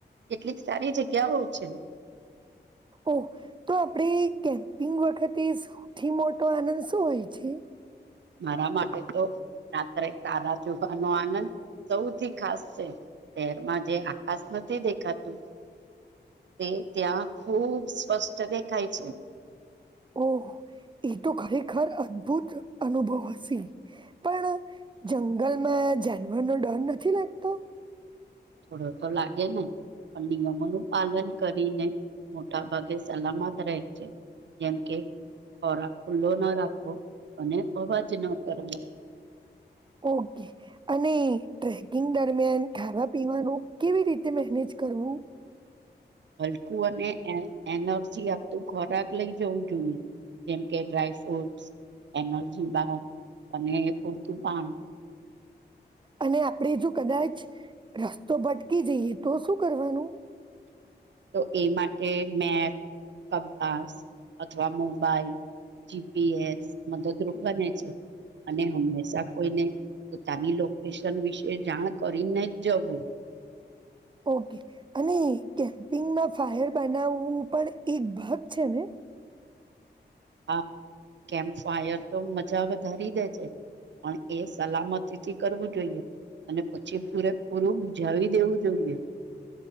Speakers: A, on the right (about 85°); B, on the right (about 25°).
A: એટલીક સારી જગ્યા હોય છે.
B: ઓ તો આપડે કેમ્પિંગ વખ તે સૌથી મોટો આનંદ શું હોય છે?
A: મારા માટે તો રાત્રે તારા જોવાનો આનંદ સૌથી ખાસ છે શહેરમાં જે આકાશ નથી દેખાતું તે ત્યાં ખૂબ સ્પષ્ટ દેખાય છે.
B: ઓ. એ તો ખરેખર અદભુત અનુભવ હશે, પણ જંગલમાં જાનવરનો ડર નથી લાગતો?
A: થોડો તો લાગે ને. પણ નિયમોનું પાલન કરીને મોટા ભાગે સલામત રહે છે. જેમ કે ખોરાક ખુલ્લો ન રાખવો અને અવાજ ન કરવો.
B: ઓકે, અને ટ્રેકિંગ દરમિયાન ખાવા-પીવાનું કેવી રીતે મેનેજ કરવું?
A: હલકું અને એનર્જી આપતું ખોરાક લઈ જવું જોઈએ. જેમ કે ડ્રાય ફ્રૂટસ એનર્જી બાર અને પૂરતું પાણી.
B: અને આપણેે જો કદાચ રસ્તો ભટકી જઈએ તો શું કરવાનું?
A: <unintelligible> તો એ માટે મેપ, કંપાસ અથવા મોબાઈલ જી પી એસ મદદરૂપ બને છે અને હંમેશા કોઈને પોતાની લોકેશન વિશે જાણ કરીને જ જવું
B: ઓકે અને કેમ્પિંગમાં ફાયર બનાવવું પણ એક ભાગ છે ને?
A: હા કેમ ફાયર તો મજા વધારી દે છે પણ એ સલામતીથી કરવું જોઈએ અને પછી પૂરેપૂરું બુજાવી દેવું જોઈએ <inaudible>